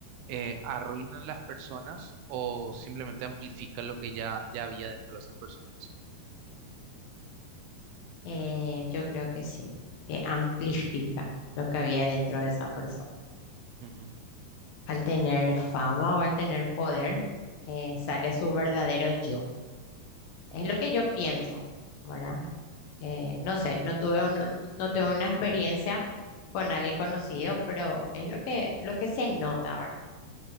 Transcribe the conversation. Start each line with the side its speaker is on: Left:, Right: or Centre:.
Right: eh, arruinan las personas o simplemente amplifican lo que ya, ya había dentro de esas personas?
Left: eh, yo creo que sí, que <laughs> amplifica lo que había dentro de esa persona.
Right: Ujú,
Left: Al tener fama o al tener poder, eh, sale su verdadero yo. Es lo que yo pienso, ¿verdad? Eh, no sé, no tuve, uno- no tuve una experiencia con alguien conocido, pero es lo que, lo que se nota, ¿verdad?